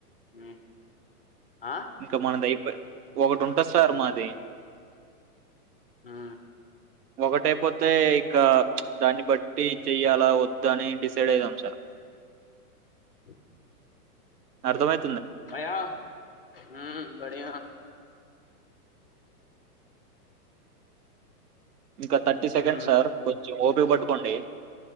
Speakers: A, on the left (about 40°); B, on the right (about 75°).
A: ఉ ఆ
B: ఇంకా మనది అయిపో ఒకటి ఉంటది సార్ మాది
A: హ
B: ఒకటైపోతే ఇక దాన్ని బట్టి చెయ్యాలా వద్ద అని డిసైడ్ అయిదాం సార్
A: ఏ
B: అర్థమై
A: భయ్యా ఊ బడియా
B: ఇంకా థర్టీ సెకండ్
A: హ్మ్
B: సార్ కొంచెం ఓపిక బట్టు కోండి